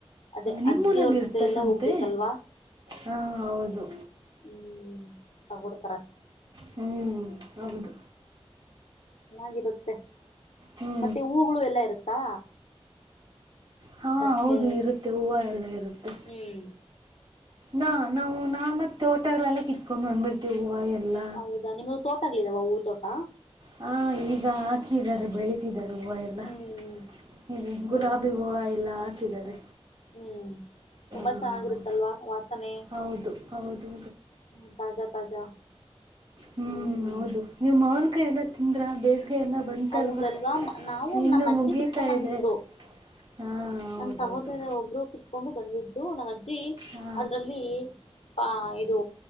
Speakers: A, on the left; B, on the right.
A: ಅದೇ
B: ನಿಮ್ಮೂರಲ್ಲಿ
A: ಅಜ್ಜಿಯವ್ರ
B: ಇರ್ತ್ತ
A: ಜೊತೆ ಎಲ್ಲ
B: ಸಂತೆ
A: ಹೋಗ್ಬೇಕಲ್ವಾ
B: ಹಾ ಹೌದು
A: ಹ್ಮ್ ತಗೊಡ್ತಾರ
B: ಹ್ಮಞ ಹೌದು
A: ಚೆನ್ನಾಗಿರುತ್ತೆ
B: ಹ್ಞೂ
A: ಮತ್ತೆ ಹೂಗಳು ಎಲ್ಲ ಇರುತ್ತಾ
B: ಹಾ
A: ಬಟ್ಟೆ
B: ಹೌದು ಇರುತ್ತೆ ಹೂವು ಎಲ್ಲ ಇರುತ್ತೆ
A: ಹ್ಮ್
B: ನಾ ನಾವು ನಾ ಮತ್ತೆ ತೋಟಗಳಲ್ಲ ಕಿತ್ಕೊಂಡ್ ನಂದ್ಬಿಡ್ತವಿ ತಗುವ ಎಲ್ಲ
A: ಹೌದಾ ನಿಮ್ದ ತೋಟ ಆಗ್ಲಿದಾವ ಹೂ ತೋಟ
B: ಹಾ ಈಗ ಹಾಕಿದ್ದಾರೆ ಬೆಳತಿದ್ದಾರೆ ಹೂವು ಎಲ್ಲ
A: ಹ್ಮ್
B: ಹೀಗೆ
A: ಹ್ಮ್
B: ಗುಲಾಬಿ ಹೂವು ಎಲ್ಲ ಹಾಕಿದ್ದಾರೆ
A: ಹೂ ತುಂಬಾ
B: ಹಾಂ
A: ಚೆನ್ನಾಗಿರುತ್ತಲ್ವಾ ವಾಸನೆ
B: ಹೌದು ಹೌದು
A: ಹೂ ತಾಜಾ ತಾಜಾ
B: ಹೂ
A: ಹ್ಮ್
B: ಹೌದು ನೀವು ಮಾವಿನಕಾಯಿ ಎಲ್ಲಾ ತಿಂದ್ರ ಬೇಸಗೆಯ ಎಲ್ಲ ಬಂತಲ್ವಾ
A: ಹೌದಲ್ವಾ ನಾವು
B: ಇನ್ನು
A: ನಮ್ಮ ಅಜ್ಜಿ
B: ಮುಗೀತಾ
A: ಕಿತ್ಕೊಂಡ್ ಬಂದಿದ್ರು
B: ಇದೆ ಹಾ ಹೌದೌದು
A: ನಮ್ಮ ಸಹೋದರ ಒಬ್ಬರು ಕಿತ್ಕೊಂಡು ಬಂದಿದ್ರು ನಮ್ಮ ಅಜ್ಜಿ
B: ಹಾ
A: ಅದರಲ್ಲಿ ಹಾ ಇದು